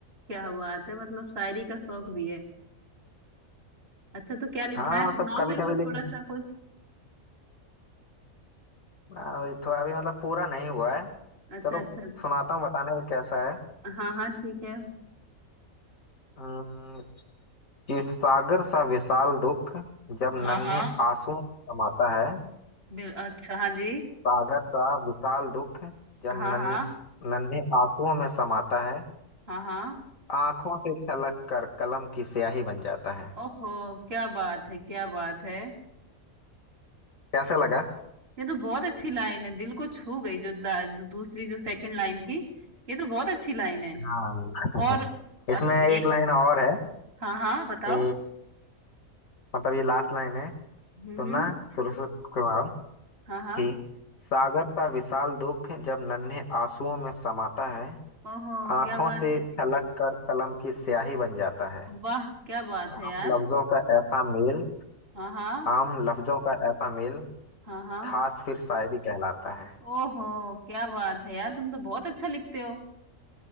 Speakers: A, on the right (about 45°); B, on the left (about 70°).
A: क्या बात है मतलब शायरी का शौक भी है अच्छा तो क्या लिखा
B: हाँ
A: है सुनाओ
B: मतलब कभी
A: मेरे को
B: कभी
A: थोड़ा
B: लिख
A: सा कुछ
B: अभी थोड़ा अभी मतलब पूरा नहीं हुआ है
A: अच्छा
B: चलो
A: अच्छा
B: सुनाता हूँ बताने में कैसा है
A: हाँ हाँ ठीक है
B: अम्म, कि सागर सा विशाल दुख जब नन्हे
A: हाँ हाँ
B: आंसुओं में समाता है
A: बिल अच्छा हाँ जी
B: सागर सा विशाल दुख जब
A: हाँ
B: नन,
A: हाँ
B: नन्हे आंसुओं में समाता है
A: हाँ हाँ
B: आंखों से छलक कर कलम की स्याही बन जाता है
A: ओहो क्या बात है क्या बात है
B: कैसे लगा
A: ये तो बहुत अच्छी लाइन है दिल को छू गई जो दा- जो दूसरी जो सेकंड लाइन थी ये तो बहुत अच्छी लाइन है
B: हाँ <laughs>
A: और अत-
B: इसमें एक
A: ये
B: लाइन और है
A: हाँ हाँ बताओ
B: कि मतलब ये लास्ट लाइन है
A: हम्म
B: सुनना
A: हम्म
B: शुरू से सुना रहा हूँ
A: हाँ हाँ
B: कि सागर सा विशाल दुख जब नन्हे आंसुओं में समाता है
A: ओहो
B: आंखों
A: क्या बात
B: से
A: है
B: छलक कर कलम की स्याही बन जाता है
A: वाह क्या बात
B: आम
A: है यार
B: लफ्जों का ऐसा मेल
A: हाँ हाँ
B: आम लफ्जों का ऐसा मेल
A: हाँ हाँ
B: खास फिर शायरी कहलाता है
A: ओहो क्या बात है यार तुम तो बहुत अच्छा लिखते हो